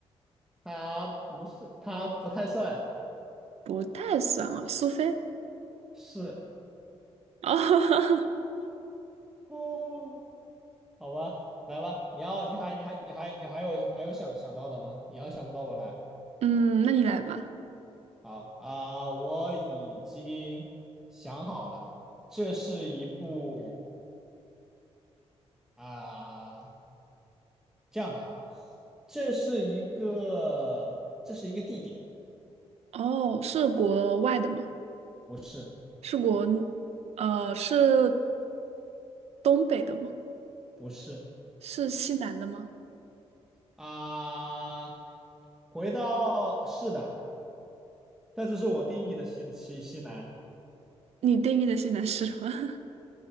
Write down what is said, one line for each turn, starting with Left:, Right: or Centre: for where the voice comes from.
Centre: 它不是，它不太算
Right: 不太算啊，苏菲。
Centre: 是。
Right: <laughs> 哦，
Centre: 哦，好吧，来吧，你要，你还，你还，你还，你还有，还有想想到的吗？你要想不到，我来。
Right: 嗯，那你来吧。
Centre: 好啊，我已经想好了，这是一部啊，这样吧，这是一个，这是一个地点，
Right: 哦，是国外的吗？
Centre: 不是，
Right: 是我，呃，是东北的吗？
Centre: 不是
Right: 是西南的吗？
Centre: 啊，回到，是的，但这是我定义的西西西南。
Right: 你定义的西南是什么？<laughs>